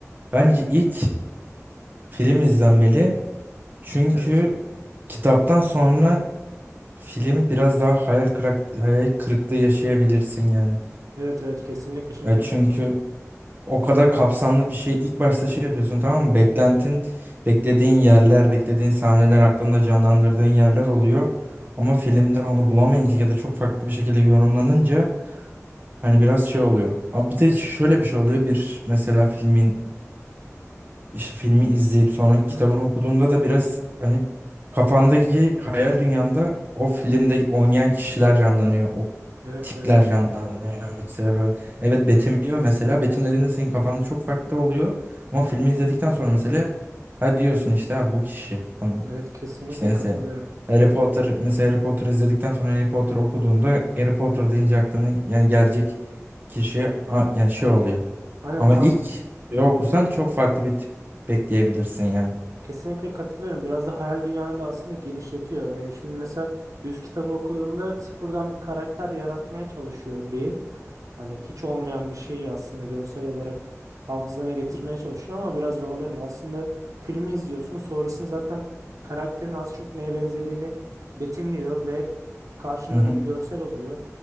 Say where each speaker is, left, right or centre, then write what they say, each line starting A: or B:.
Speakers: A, on the right; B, on the right.
A: Bence ilk film izlenmeli. Çünkü
B: Evet.
A: kitaptan sonra film biraz daha hayal kırak hayal kırıklığı yaşayabilirsin yani.
B: Evet evet kesinlikle şimdi.
A: Ya çünkü o kadar kapsamlı bir şey ilk başta şey yapıyorsun tamam mı? Beklentin, beklediğin yerler, beklediğin sahneler, aklında canlandırdığın yerler oluyor. Ama filmde onu bulamayınca ya da çok farklı bir şekilde yorumlanınca hani biraz şey oluyor. Ama bir de şöyle bir şey oluyor. Bir mesela filmin işte filmi izleyip sonra
B: Hı hı.
A: kitabını okuduğunda da biraz hani kafandaki hayal dünyanda o filmde oynayan kişiler canlanıyor. O
B: Evet
A: tipler
B: evet.
A: canlanıyor. Mesela böyle- evet betimliyor mesela. Betimlediğinde senin kafanda çok farklı oluyor. Ama filmi izledikten sonra mesela ha diyorsun işte ha bu kişi. Hani
B: Evet kesinlikle
A: işte mesela
B: katılıyorum.
A: Harry Potter mesela Harry Potter izledikten sonra Harry Potter okuduğunda Harry Potter deyince aklına yani gelecek kişi a- yani şey oluyor.
B: Hani
A: Ama
B: tam
A: ilk bir okursan çok farklı bir tip bekleyebilirsin yani.
B: Kesinlikle katılıyorum. Biraz da hayal dünyanı da aslında genişletiyor. E, şimdi mesela düz kitabı okuduğunda sıfırdan bir karakter yaratmaya çalışıyor beyin. Hani hiç olmayan bir şeyi aslında görsel olarak hafızana getirmeye çalışıyor ama biraz zorlanıyor. Aslında filmi izliyorsun, sonrasında zaten karakterin az çok neye benzediğini betimliyor ve karşında
A: Hı hı.
B: da bir görsel oluyor.